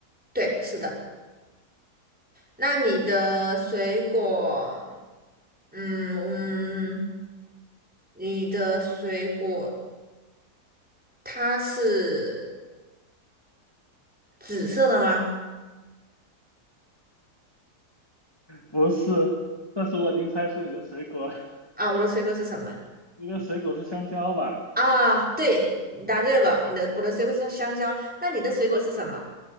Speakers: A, in the centre; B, on the left.
A: 对，是的。那你的水果，嗯嗯，你的水果它是紫色的吗？
B: 不是，但是我已经猜出你的水果了，
A: 啊，我的水果是什么？
B: <laughs> 你的水果是香蕉吧？
A: 啊，对，你答对了，你的我的水果是香蕉，那你的水果是什么？